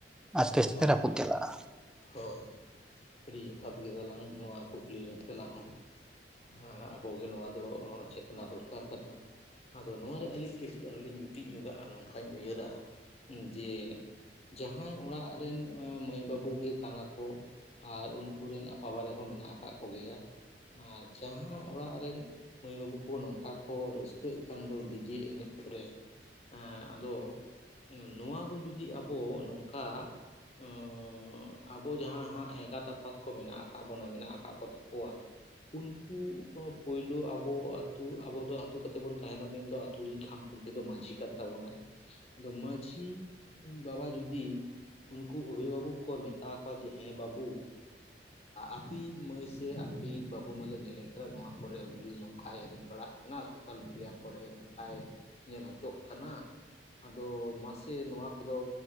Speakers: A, in the centre; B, on the left.
A: ᱟᱥᱛᱮ ᱟᱥᱛᱮ
B: ᱦᱳᱭ
A: ᱨᱟᱹᱯᱩᱫ
B: ᱦᱳᱭ
A: ᱪᱟᱞᱟᱜ-ᱟ
B: ᱦᱳᱭ ᱟᱹᱰᱤ ᱡᱚᱛᱷᱟᱛ ᱜᱮ ᱜᱟᱞᱟᱝ ᱱᱚᱣᱟ ᱠᱩᱠᱞᱤ ᱛᱮᱞᱟ ᱦᱚᱸ ᱦᱣ ᱟᱵᱚᱜᱮ ᱱᱚᱣᱟ ᱫᱚ ᱪᱮᱛ ᱨᱮᱱᱟᱜ ᱫᱚᱨᱠᱟᱨ ᱠᱟᱱᱟ, ᱟᱫᱚ ᱱᱚᱣᱟᱨᱮ ᱟᱹᱞᱤᱧ ᱠᱟᱹᱴᱤᱡ ᱟᱨᱦᱚᱸ ᱞᱤᱧ ᱡᱩᱴᱤᱡ ᱧᱚᱜᱟᱜᱼᱟ ᱱᱚᱝᱠᱟᱧ ᱩᱭᱦᱟᱹᱨᱟ ᱡᱮ ᱡᱟᱦᱟᱸᱭ ᱚᱲᱟᱜ ᱨᱮᱱ ᱢᱟᱹᱭ ᱵᱟᱹᱵᱩ ᱜᱮ ᱠᱟᱱᱟ ᱠᱚ ᱟᱨ ᱩᱱᱠᱩ ᱨᱮᱱ ᱟᱯᱟᱵᱟᱨᱮ ᱦᱚᱸ ᱢᱮᱱᱟᱜ ᱟᱠᱟᱫ ᱠᱚᱜᱮᱭᱟ ᱟᱨ ᱡᱟᱦᱟᱸ ᱚᱲᱟᱜ ᱨᱮᱱ ᱢᱟᱹᱭ ᱵᱟᱹᱵᱩ ᱠᱚ ᱱᱚᱝᱠᱟ ᱠᱚ ᱨᱟᱹᱥᱠᱟᱹᱜ ᱠᱷᱟᱱ ᱫᱚ ᱰᱤᱡᱮ ᱮᱱᱮᱡ ᱠᱚᱨᱮ ᱦᱮᱸ ᱟᱫᱚ ᱱᱚᱣᱟ ᱫᱚ ᱡᱩᱫᱤ ᱟᱵᱚ ᱱᱚᱝᱠᱟ ᱚᱸᱻ ᱟᱵᱚ ᱡᱟᱦᱟᱸ ᱦᱟᱸᱜ ᱮᱸᱜᱟᱛ ᱟᱯᱟᱛ ᱠᱚ ᱢᱮᱱᱟᱜ ᱟᱠᱟᱫ ᱵᱚᱱᱟ ᱢᱮᱱᱟᱜ ᱟᱠᱟᱫ ᱠᱚ ᱛᱟᱠᱚᱣᱟ ᱩᱱᱠᱩ ᱯᱳᱭᱞᱩ ᱟᱵᱩ ᱟᱹᱛᱩ ᱟᱵᱩ ᱫᱚ ᱟᱹᱛᱩ ᱠᱟᱛᱮ ᱵᱚᱱ ᱛᱟᱦᱮᱱᱟ ᱢᱮᱱᱫᱚ ᱟᱛᱩ ᱨᱮᱧ ᱠᱷᱟᱢ ᱠᱷᱩᱱᱴᱤ ᱫᱚ ᱢᱟᱺᱡᱷᱤ ᱠᱟᱱ ᱛᱟᱵᱚᱱᱟᱭ ᱟᱫᱚ ᱢᱟᱺᱡᱷᱤ ᱵᱟᱵᱟ ᱡᱩᱫᱤ ᱩᱱᱠᱩ ᱚᱵᱷᱤᱵᱷᱟᱵᱚᱠ ᱠᱚ ᱢᱮᱛᱟ ᱠᱚᱣᱟ ᱡᱮ ᱦᱮᱸ ᱵᱟᱹᱵᱩ ᱟᱯᱤᱡ ᱢᱟᱹᱭ ᱥᱮ ᱟᱯᱤᱡ ᱵᱟᱹᱵᱩ ᱢᱟᱞᱮ ᱧᱮᱞᱮ ᱠᱟᱱᱟ ᱱᱚᱣᱟ ᱠᱚᱨᱮ ᱟᱹᱰᱤᱡᱳᱨ ᱱᱚᱝᱠᱟᱭ ᱮᱱᱮᱡ ᱵᱟᱲᱟᱜ ᱦᱟᱱᱟ ᱥᱳᱥᱟᱞ ᱢᱤᱰᱤᱭᱟ ᱠᱚᱨᱮ ᱱᱚᱝᱠᱟᱭ ᱧᱮᱞ ᱦᱚᱪᱚᱜ ᱠᱟᱱᱟ ᱟᱫᱚ ᱢᱟᱥᱮ ᱱᱚᱣᱟ ᱠᱚᱫᱚ